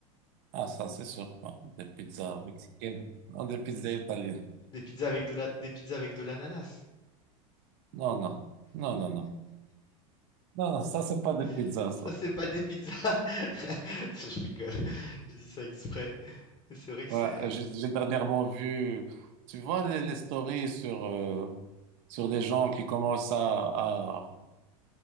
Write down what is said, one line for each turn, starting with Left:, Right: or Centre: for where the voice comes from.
Right: Ah, ça, c'est sûr. ouais. Des pizzas mexicaines. Non, des pizzas italiennes.
Left: des pizzas avec de la des pizzas avec de l'ananas.
Right: Non, non. Non, non, non. Non, non, ça, c'est pas des pizzas,
Left: <laughs> Ça
Right: ça.
Left: c'est pas des pizzas. <laughs> Je rigole. Je dis ça exprès. Mais C'est vrai que
Right: Ouais,
Left: c'est
Right: j'ai j'ai dernièrement vu, tu vois, les, les stories sur, euh, sur des gens qui commencent à, à,